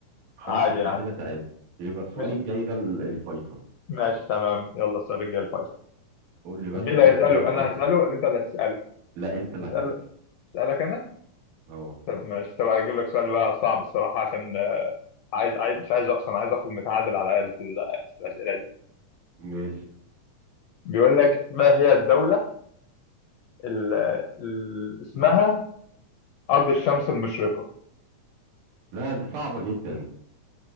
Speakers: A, on the right; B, on the left.
A: خلاص
B: عادي
A: احنا
B: يعني
A: كده تعادل يبقى السؤال
B: مش
A: الجاي ده ال- الفيصل
B: ماشي تمام يلا السؤال الجاي الفايز
A: قول لي بقى
B: طب مين
A: سؤال
B: اللي هيسأله
A: كده الفيصل
B: أنا هسأله
A: ده
B: ولا أنت اللي هتسأله؟
A: لا انت اللي
B: اسأل
A: هتسأل
B: اسألك أنا؟
A: اه
B: طب ماشي طب هجيب لك سؤال بقى صعب الصراحة عشان آه، عايز عايز مش عايز أخسر أنا عايز أخرج متعادل على الأقل في ال- في الأسئلة
A: م-
B: دي
A: ماشي
B: بيقول لك ما هي الدولة اللي اسمها أرض الشمس المشرقة؟
A: لا دي صعبة جدا